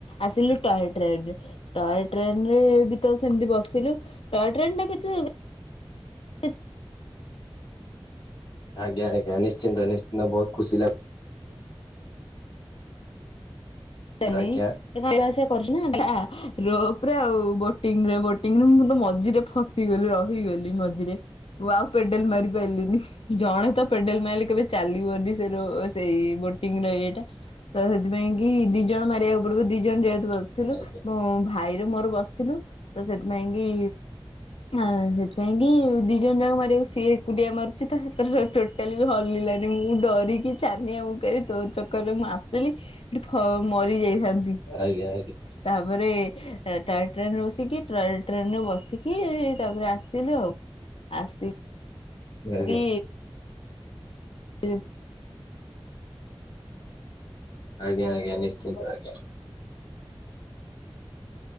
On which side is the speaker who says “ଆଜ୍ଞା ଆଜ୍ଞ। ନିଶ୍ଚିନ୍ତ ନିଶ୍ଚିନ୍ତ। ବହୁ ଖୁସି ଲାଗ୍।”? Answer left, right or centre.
Left